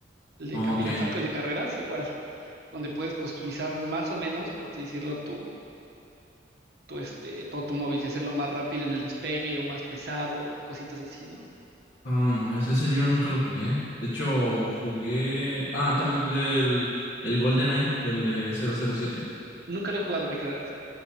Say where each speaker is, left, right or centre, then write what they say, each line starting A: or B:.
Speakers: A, on the right; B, on the left.
A: El de
B: ok.
A: Capitán Falco, el de carreras, igual, donde puedes customizar más o menos, por así decirlo, tu, tu, este, tu automóvil, si hacerlo más rápido en el despegue o más pesado, cositas así, ¿no?
B: Oh, no, ese, ese yo nunca lo jugué. De hecho, jugué... Ah, también jugué el, el GoldenEye, el de cero cero siete
A: Nunca lo he jugado, ¿me creerás?